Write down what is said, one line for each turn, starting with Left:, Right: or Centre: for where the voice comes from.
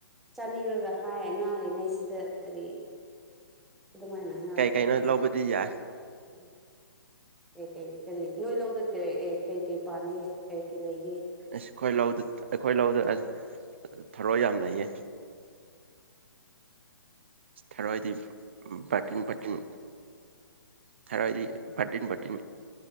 Centre: ꯆꯥꯅꯤꯡꯉꯒ ꯍꯥꯏ ꯉꯥꯜꯔꯤꯉꯩꯁꯤꯗ ꯀꯔꯤ ꯑꯗꯨꯃꯥꯏꯅ ꯉꯥꯉꯛꯄ
Right: ꯀꯩ ꯀꯩꯅꯣ ꯂꯧꯕꯗꯤ ꯌꯥꯏ
Centre: <unintelligible> ꯀꯩ ꯀꯩ ꯀꯔꯤ ꯅꯣꯏ ꯂꯧꯗ ꯀꯩ ꯀꯩ ꯄꯥꯟꯒꯦ ꯀꯩ ꯀꯩ ꯂꯩꯒꯦ
Right: ꯑ ꯑꯩꯈꯣꯏ ꯂꯧꯗꯨ ꯑꯩꯈꯣꯏ ꯂꯧꯗꯨ ꯑꯁ ꯊꯔꯣ ꯌꯥꯝ ꯂꯩꯌꯦ ꯊꯔꯣꯏꯗꯤ ꯔꯇꯤꯟ ꯄꯥꯔꯇꯤꯟ ꯇꯔꯥꯎꯗꯤ ꯐꯇꯤꯟ ꯄꯇꯤꯟ